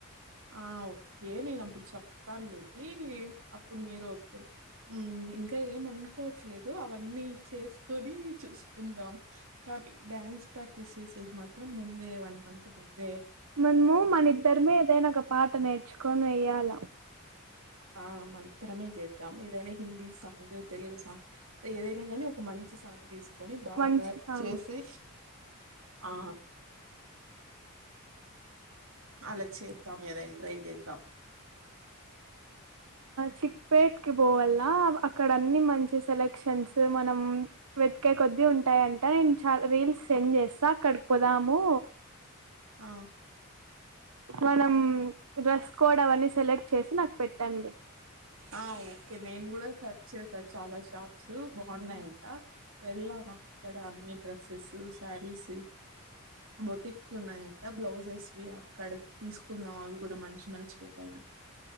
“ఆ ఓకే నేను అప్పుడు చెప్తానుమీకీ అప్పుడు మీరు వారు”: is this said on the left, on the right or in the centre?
Right